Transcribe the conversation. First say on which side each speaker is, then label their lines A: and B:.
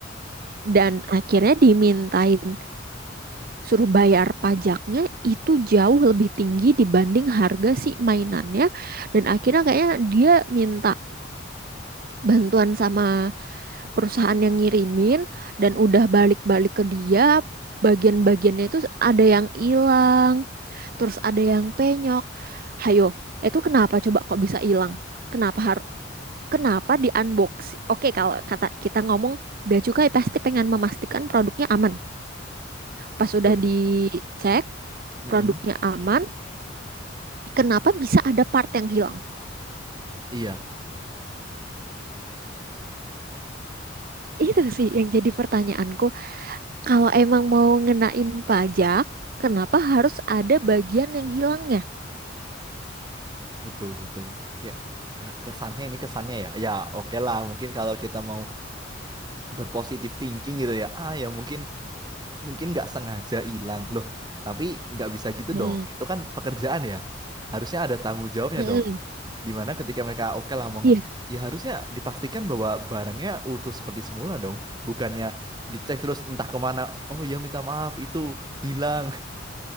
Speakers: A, on the right (about 50°); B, on the right (about 20°).
A: Dan akhirnya dimintain suruh bayar pajaknya itu jauh lebih tinggi dibanding harga si mainannya. Dan akhirnya kayaknya dia minta bantuan sama perusahaan yang ngirimin dan udah balik-balik ke dia bagian-bagiannya itu ada yang hilang terus ada yang penyok hayo itu kenapa coba kok bisa hilang kenapa har- kenapa di unboxing oke kalau kata kita ngomong Bea Cukai pasti pengen memastikan produknya aman pas sudah
B: Betul.
A: dicek
B: Mm-mm.
A: produknya aman kenapa bisa ada part yang hilang
B: Iya,
A: itu sih yang jadi pertanyaanku kalau emang mau ngenain pajak Kenapa harus ada bagian yang hilangnya?
B: betul, betul. Kayak nah, kesannya ini kesannya ya. Ya, oke lah, mungkin kalau kita mau berpositif thinking gitu ya. Ah, ya mungkin mungkin nggak sengaja hilang. Loh, tapi nggak bisa gitu
A: Mm,
B: dong. Itu kan pekerjaan ya. Harusnya ada tanggung jawabnya
A: mm-mm.
B: dong. Dimana ketika mereka oke lah mau
A: Iya.
B: ngecek, ya harusnya dipastikan bahwa barangnya utuh seperti semula dong. Bukannya dicek terus entah kemana, oh ya minta maaf itu hilang.